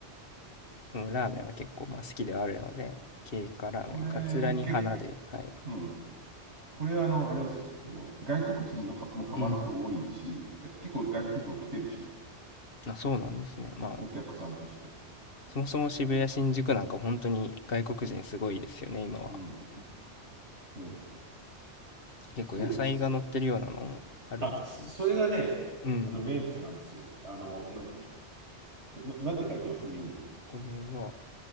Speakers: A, on the left; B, on the right.
A: うんラーメンは結構まあ好きではあるので、経過ラーメン、
B: これ、
A: カツラに花で、
B: け、
A: はい。
B: うん。これはあの、あれですよ。その、外国人のはもうハマる人多いし、
A: うん。
B: 結構外国人も来てるしね。
A: あ、そうなんですね。まあ、
B: お客さんとして。
A: そもそも渋谷、新宿なんか本当に外国人すごいですよね、今は。
B: うん。うんうん
A: 結構野菜が乗ってるようなのもあるんですね。
B: そうですよ。あ、それがね、
A: うん。
B: あの名物なんですよ。あの、なんだっけ。とな、なんて書いてますメニューに。
A: これは、